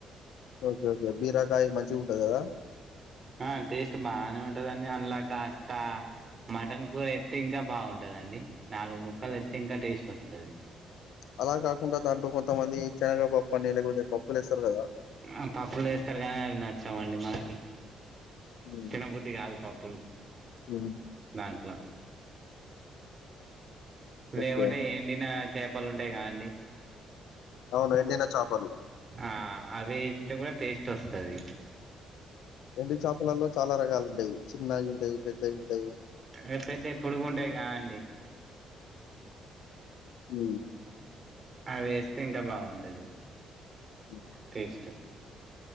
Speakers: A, on the left; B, on the right.
A: ఓకే ఓకే బీరకాయ మంచిగా ఉంటంది కదా
B: ఆ టేస్ట్ బాగానే ఉంటదండి అండ్లా కాస్త మటన్ కూర ఎస్తే ఇంకా బాగుంటుంది అండి నాలుగు ముక్కలు వేస్తే ఇంకా టేస్ట్ వస్తుంది
A: అలా కాకుండా దాంట్లో కొంతమంది శనగ పప్పు అని లేకపోతే పప్పులు వేస్తారు కదా
B: ఆ పప్పులు వేస్తారు కానీ అవి నచ్చవండి మనకి
A: హ్మ్.
B: తినబుద్ధి కాదు పప్పులు
A: హ్మ్.
B: దాంట్ల లేమంటే
A: ఓకే.
B: ఎండిన చేపలు ఉంటాయి కదాండి
A: అవును ఎండిన చాపలు
B: ఆ అవి వేస్తే కూడా టేస్ట్ వస్తది
A: ఎండిన చేపలలో చాలా రకాలు ఉంటాయి చిన్నవి ఉంటాయి పెద్దవి ఉంటాయి
B: అ పెద్దవి పొడుగుంటాయి కా అండి
A: ఊ
B: అది వేస్తే ఇంకా బాగుంటది
A: హ్మ్.
B: టేస్ట్